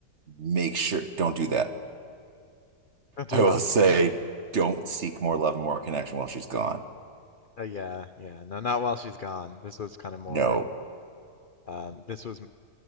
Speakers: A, on the right; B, on the left.
A: make sure don't do that.
B: <laughs> do
A: I
B: what?
A: will say, don't seek more love and more connection while she's gone.
B: Uh, yeah, yeah. No, not while she's gone. This was kind of more.
A: No.
B: Um, this was. m-